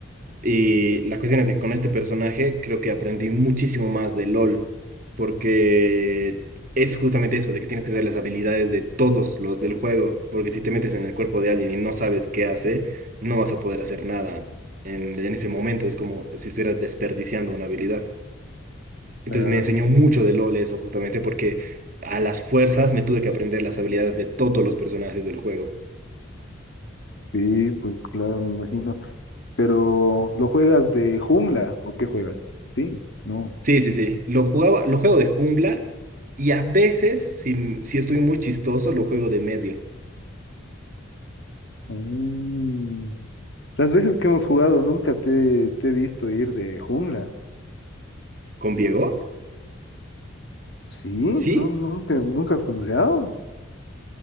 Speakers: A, on the right (about 40°); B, on the left (about 60°).
A: Y la cuestión es que con este personaje creo que aprendí muchísimo más de LOL, porque es justamente eso, de que tienes que saber las habilidades de todos los del juego, porque si te metes en el cuerpo de alguien y no sabes qué hace, no vas a poder hacer nada en, en ese momento, es como si estuvieras desperdiciando una habilidad. Entonces
B: Claro,
A: me enseñó mucho de LOL eso justamente porque a las fuerzas me tuve que aprender las habilidades de todos los personajes del juego.
B: sí, pues claro, me imagino. Pero, ¿lo juegas de jungla o qué juegas? Sí, no.
A: Sí, sí, sí. Lo jugaba, lo juego de jungla y a veces, si, si estoy muy chistoso, lo juego de medio.
B: Mm. Las veces que hemos jugado nunca te, te he visto ir de jungla.
A: ¿Con Diego?
B: Sí,
A: Sí,
B: no, nunca, nunca has jungleado.